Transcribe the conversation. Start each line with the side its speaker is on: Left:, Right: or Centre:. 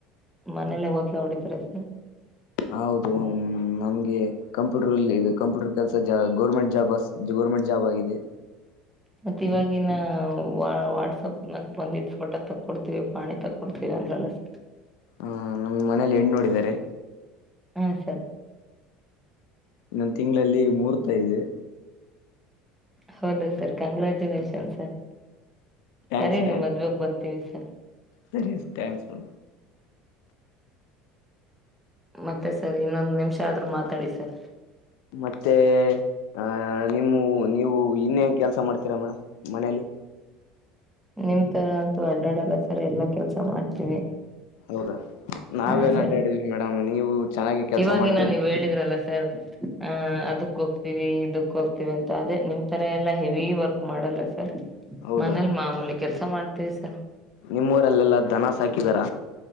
Centre: ಮನೆಲ್ಲೆ ಓತ್ಲಾ ಹೊಡಿತಿರ ಸರ್.
Left: ಹೌದು ನಮ್ಗೆ ಕಂಪ್ಯೂಟರ್ಲ್ಲಿ ಇದು ಕಂಪ್ಯೂಟರ್ ಕೆಲ್ಸ ಜ ಗೌರ್ಮೆಂಟ್ ಜಾಬ್ ಅ ಗೋರ್ಮೆಂಟ್ ಜಾಬಾಗಿದೆ.
Centre: ಮತ್ತಿವಾಗಿನ ವ ವಾಟ್ಸಪ್ನಾಗ ಬಂದಿದ್ದ್ ಫೋಟೋ ತಕ್ಕೊಡ್ತೀವಿ ಪಾಣಿ ತಕ್ಕೊಡ್ತೀವಿ ಅಂದ್ರಲ್ಲ ಸ್.
Left: ಆ ನಮ್ ಮನೇಲಿ ಹೆಣ್ಣು ನೋಡಿದ್ದಾರೆ
Centre: ಹಾಂ ಸರ್
Left: ಇನ್ನೊಂದ್ ತಿಂಗ್ಳಲ್ಲಿ ಮೂರ್ತ ಇದೆ.
Centre: ಹೌದ ಸರ್ ಕಂಗ್ರಾಚುಲೇಷನ್ ಸರ್
Left: ಥ್ಯಾಂಕ್ಸ್
Centre: ಕರಿ ರೀ
Left: ಥ್ಯಾಂಕ್ಸ್
Centre: ಮದ್ವೆಾಗ ಬರ್ತ್ <unintelligible>
Left: ಸರಿ ಟ್ಯಾಂಕ್ಸ್ ಮೇಡ್ಂ
Centre: ಮತ್ತೆ ಸರ್ ಸರ್ ಇನ್ನೊಂದು ನಿಮ್ಷ ಆದ್ರ ಮಾತಾಡಿ ಸರ್.
Left: ಮತ್ತೆ ಆಹ ನಿಮ್ಮ ನೀವು ಇನ್ನೆ ಪ್ ಕೆಲ್ಸ ಮಾಡ್ತ್ರಿ ಮೇಡಮ್. ಮನೇಲಿ.
Centre: ನಿಮ್ ತರ ಅಂತೂ ಅಡ್ಡಾಡಲ್ಲ ಸರಿ ಎಲ್ಲಾ ಕೆಲ್ಸ ಮಾಡ್ತೀವಿ.
Left: ಹೌದಾ ನಾವೇನ್
Centre: ಹಾ ಸರಿ
Left: ಅಡ್ಡಾಡಿದ್ವಿ ಮೇಡಮ್ ನೀವು ಚೆನ್ನಾಗಿ ಕೆಲ್ಸ
Centre: ಇವಾಗಿನ
Left: ಮಾಡ್ತೀರಂತ
Centre: ನೀವ್ ಹೇಳಿದ್ರಲ್ಲ ಸರ್ ಅ ಅದಕ್ ಹೋಗ್ತೀವಿ ಇದಕ್ ಕ್ಕೊಗ್ತ್ವಿ ಅಂತ ಅದೆ ನಿಮ್ ತರ ಎಲ್ಲಾ ಹೆವಿ ವರ್ಕ್ ಮಾಡಲ್ಲ ಸರ್
Left: ಹೌದಾ
Centre: ಮನೇಲಿ ಮಾಮೂಲಿ ಕೆಲ್ಸ ಮಾಡ್ ತ್ತಸರ್.
Left: ನಿಮ್ಮೂರಲ್ಲೆಲ್ಲಾ ದನ ಸಾಕಿದಾರ.